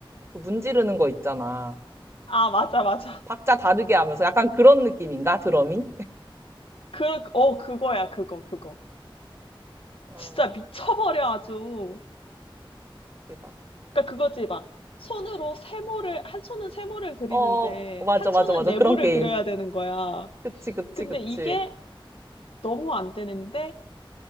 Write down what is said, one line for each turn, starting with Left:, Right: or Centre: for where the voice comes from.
Right: 그 문지르는 거 있잖아.
Left: 아, 맞아, 맞아.
Right: 박자 다르게 하면서 약간 그런 느낌인가? 드럼이?
Left: 그, 어, 그거야, 그거, 그거.
Right: 어,
Left: 진짜 미쳐버려, 아주.
Right: 웃기다.
Left: 그러니까 그거지, 막. 손으로 세모를, 한 손은 세모를 그리는데,
Right: 어, 맞아,
Left: 한
Right: 맞아,
Left: 손은
Right: 맞아.
Left: 네모를
Right: 그런 게임.
Left: 그려야 되는 거야.
Right: 그치, 그치,
Left: 근데
Right: 그치.
Left: 이게 너무 안 되는데